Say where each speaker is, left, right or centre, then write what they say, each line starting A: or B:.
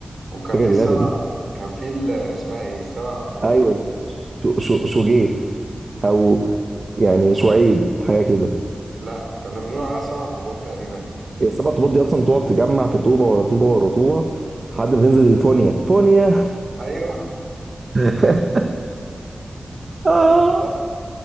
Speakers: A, on the right (about 70°); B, on the right (about 45°).
A: وكان
B: فاكر
A: في
B: اللعبه
A: السبع
B: دي
A: كان في ال- اسمها ايه السبع طوبات
B: ايوه شو شو شجيف او يعني شعيب حاجه كده
A: لا كنا بنقول عليها السبع طوبات تقريبا
B: هي السبع طوبات دي اصلا تقعد تجمع في طوبه ورا طوبه ورا طوبه لحد ما تنزل الفونيا فونيا
A: ايوه
B: <laughs> آه
A: حصل صح